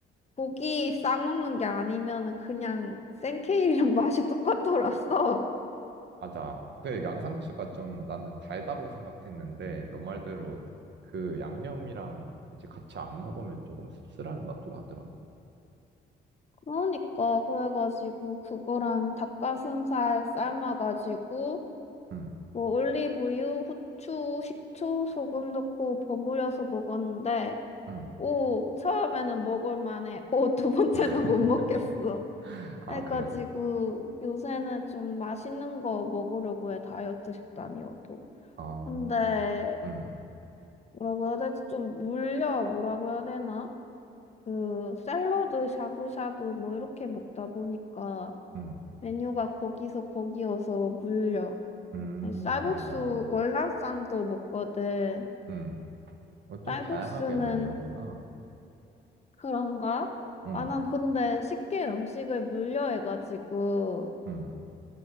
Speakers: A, on the left (about 35°); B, on the right (about 60°).
A: 고기 싸먹는 게 아니면은 그냥 생케일이랑 <laughs> 맛이 똑같더라서.
B: 맞아. 그 양상추가 좀 나는 달다고 생각했는데 너 말대로 그 양념이랑 이제 같이 안 먹으면 조금 씁쓸한 맛도 나더라고.
A: 그러니까 그래가지고 그거랑 닭가슴살 삶아가지고
B: 응,
A: 뭐 올리브유, 후추, 식초, 소금 넣고 버무려서 먹었는데
B: 응.
A: 오, 처음에는 먹을 만해. 오, 두 번째는
B: <laughs>
A: 못 먹겠어.
B: 아,
A: 해가지고
B: 그래?
A: 요새는 좀 맛있는 거 먹으려고 해, 다이어트 식단이어도.
B: 아,
A: 근데
B: 응,
A: 뭐라고 해야 되지? 좀 물려, 뭐라고 해야 되나? 그 샐러드 샤브샤브 뭐 이렇게 먹다 보니까
B: 응,
A: 메뉴가 거기서 거기여서 물려.
B: 음,
A: 아니, 쌀국수
B: 맞아.
A: 월남쌈도 먹거든.
B: 응. 어, 좀
A: 쌀국수는
B: 다양하게 먹는구나.
A: 그런가?
B: 응,
A: 아, 난 근데 쉽게 음식을 물려해가지고,
B: 응,